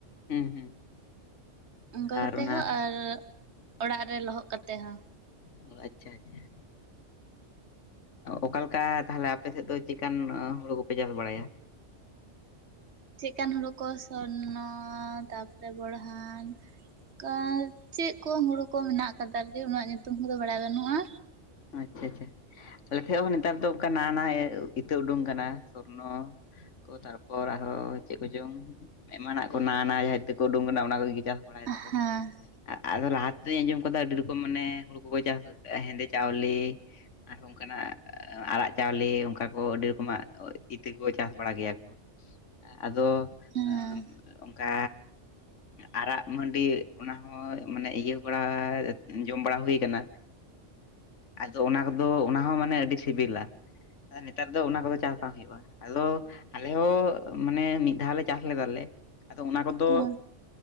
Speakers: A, on the left; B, on the right.
A: ᱦᱩᱸ ᱦᱩᱸ
B: ᱚᱝᱠᱟ
A: ᱟᱨ
B: ᱠᱟᱛᱮ
A: ᱚᱱᱟ
B: ᱦᱚᱸ ᱟᱨ ᱚᱲᱟᱜ ᱨᱮ ᱞᱚᱦᱚᱜ ᱠᱟᱛᱮᱜ ᱦᱚᱸ᱾
A: ᱚ ᱟᱪᱪᱷᱟ ᱟᱪᱪᱷᱟ ᱚᱠᱟᱞᱮᱠᱟ ᱛᱟᱦᱞᱮ ᱟᱯᱮ ᱥᱮᱫ ᱫᱚ ᱪᱮᱠᱟᱱ ᱦᱩᱲᱩ ᱠᱚᱯᱮ ᱪᱟᱥ ᱵᱟᱲᱟᱭᱟ?
B: ᱪᱮᱜᱠᱟᱱ ᱦᱩᱲᱩ ᱠᱚ ᱥᱚᱨᱱᱚ ᱛᱟᱯᱚᱨᱮ ᱵᱚᱲᱦᱟᱱ ᱠᱟ ᱪᱮᱜ ᱠᱚ ᱦᱳᱲᱳ ᱠᱚ ᱢᱮᱱᱟᱜ ᱠᱟᱫᱟ ᱡᱮ ᱩᱱᱟᱹᱜ ᱧᱩᱛᱩᱢ ᱠᱚᱫᱚ ᱵᱟᱲᱟᱭ ᱵᱟᱱᱩᱜ-ᱟ
A: ᱟᱪᱼᱪᱷᱟ ᱪᱷᱟ ᱟᱞᱮ ᱴᱷᱮᱜ ᱦᱚᱸ ᱱᱮᱛᱟᱨ ᱫᱚ ᱚᱝᱠᱟ ᱱᱟᱣᱟ ᱱᱟᱣᱟ ᱮ ᱤᱛᱟᱹ ᱩᱰᱩᱝ ᱠᱟᱱᱟ ᱥᱚᱨᱱᱚ ᱠᱚ ᱛᱟᱨᱯᱚᱨ ᱟᱨᱦᱚᱸ ᱪᱮᱜ ᱠᱚᱪᱚᱝ ᱮᱢᱟᱱᱟᱜ ᱠᱚ ᱱᱟᱣᱟ ᱱᱟᱣᱟ ᱡᱟᱦᱟ ᱤᱛᱟᱹ ᱠᱚ ᱩᱰᱩᱝ ᱠᱟᱱᱟ ᱚᱱᱟ ᱠᱚ ᱜᱤ ᱪᱟ ᱵᱟᱲᱟᱭ ᱫᱟᱠᱚ
B: ᱦᱮᱸ
A: ᱟᱫᱚ ᱞᱟᱦᱟ ᱛᱮᱫᱩᱧ ᱟᱸᱡᱚᱢ ᱠᱟᱫᱟ ᱟᱹᱰᱤ ᱨᱚᱠᱚᱢ ᱢᱟᱱᱮ ᱦᱩᱲᱩ ᱠᱚᱠᱚ ᱪᱟᱥ ᱦᱮᱸᱫᱮ ᱪᱟᱣᱞᱮ ᱟᱨᱦᱚᱸ ᱠᱟᱱᱟᱜ ᱟᱨᱟᱜ ᱪᱟᱣᱞᱮ ᱚᱝᱠᱟ ᱠᱚ ᱟᱹᱰᱤ ᱨᱚᱠᱚᱢᱟᱜ ᱤᱛᱟᱹ ᱠᱚᱠᱚ ᱪᱟᱥ ᱵᱟᱲᱟ ᱜᱮᱭᱟ ᱠᱚ, ᱟᱫᱚ
B: ᱦᱮᱸ
A: ᱮ ᱚᱝᱠᱟ ᱟᱨᱟᱜ ᱢᱟᱹᱰᱤ ᱚᱱᱟᱦᱚ ᱢᱟᱱᱮ ᱤᱭᱟᱹ ᱵᱟᱲᱟ ᱡᱚᱢ ᱵᱟᱲᱟ ᱦᱩᱭ ᱠᱟᱱᱟ, ᱟᱫᱚ ᱚᱱᱟ ᱠᱚᱫᱚ ᱚᱱᱟ ᱦᱚᱸ ᱢᱟᱱᱮ ᱟᱹᱰᱤ ᱥᱤᱵᱤᱞᱟ, ᱟᱨ ᱱᱮᱛᱟᱨ ᱫᱚ ᱚᱱᱟ ᱠᱚᱫᱚ ᱪᱟᱥ ᱵᱟᱝ ᱦᱩᱭᱩᱜ-ᱟ᱾ ᱟᱞᱚ ᱟᱞᱮ ᱦᱚᱸ ᱢᱟᱱᱮ ᱢᱤᱫ ᱫᱷᱟᱣ ᱞᱮ ᱪᱟᱥ ᱞᱮᱫᱟ ᱞᱮ ᱟᱫᱚ ᱚᱱᱟ ᱠᱚᱫᱚ
B: ᱦᱮᱸ